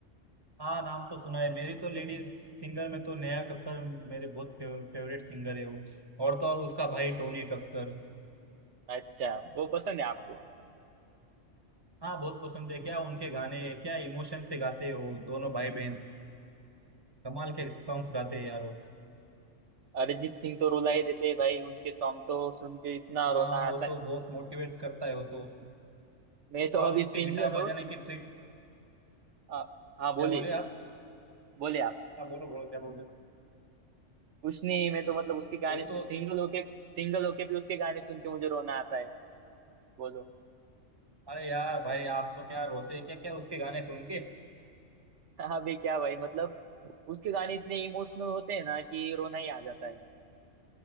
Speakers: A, on the right; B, on the right.
A: हाँ नाम तो सुना है मेरी तो लेडीज सिंगर में तो नेहा कक्कर मेरे बहुत फेवरेट सिंगर है वो और तो और उसका भाई टोनी कक्कर
B: अच्छा वो पसंद है आपको
A: हाँ बहुत पसंद है क्या उनके गाने क्या इमोशन से गाते हो दोनों भाई बहन कमाल के सॉन्ग्स गाते हैं यार वो
B: अरिजीत सिंह तो रुला ही देते हैं भाई उनके सॉन्ग तो सुन के इतना
A: हाँ
B: रोना आता
A: वो तो
B: है
A: बहुत
B: ना
A: मोटिवेट करता है वो तो
B: मैं तो
A: और
B: अभी
A: उसके
B: सिंगल
A: गिटार बजाने
B: हूँ
A: की ट्रिक
B: हाँ हाँ, बोलिए
A: क्या बोले
B: बोलिए
A: आप
B: बोलिए आप
A: हाँ बोलो बोलो क्या बोल रहे हो
B: कुछ नहीं मैं तो मतलब उसके गाने
A: वो
B: सिंगल
A: तो
B: होके सिंगल होके भी उसके गाने सुन के मुझे रोना आता है बोलो
A: अरे यार भाई आप तो क्या रोते हैं क्या क्या उसके गाने सुन के
B: <laughs> अभी क्या भाई मतलब उसके गाने इतने इमोशनल होते हैं ना कि रोना ही आ जाता है